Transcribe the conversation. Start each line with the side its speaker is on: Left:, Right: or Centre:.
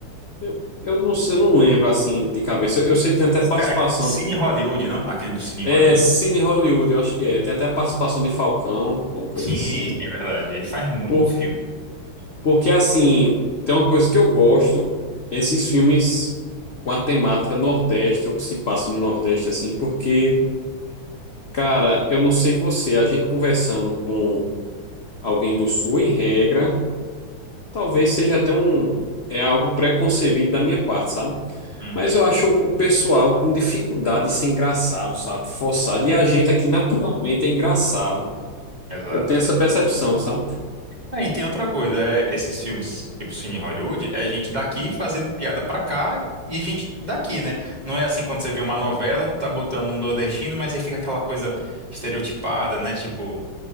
Left: eu, eu, não, sei- eu não lembro assim de cabeça. Eu, eu sei que tem até participação.
Right: É, aque- Cine Hollywood, não? Aquele do Cine Hollywood?
Left: É Cine Hollywood, eu acho que é. Tem até participação de Falcão, uma coisa
Right: Sim,
Left: assim.
Right: sim, é verdade. Ele faz muito
Left: Por,
Right: filme.
Left: porque assim, tem uma coisa que eu gosto, esses filmes com a temática Nordeste, ou que se passa no Nordeste, assim, porque. Cara, eu não sei você, a gente conversando com alguém do Sul, em regra, talvez seja até um, é algo preconcebido da minha parte, sabe?
Right: Uhum,
Left: Mas eu acho o o pessoal com dificuldade de ser engraçado, sabe? Forçado. E a gente aqui naturalmente é engraçado.
Right: exato.
Left: Eu tenho essa
Right: é.
Left: percepção, sabe?
Right: Ah, e tem outra coisa, é, esses filmes, tipo Cine Hollywood, é gente daqui fazendo piada pra cá e gente daqui, né? Não é assim quando você vê uma novela que tá botando um nordestino, mas aí fica aquela coisa estereotipada, né? Tipo,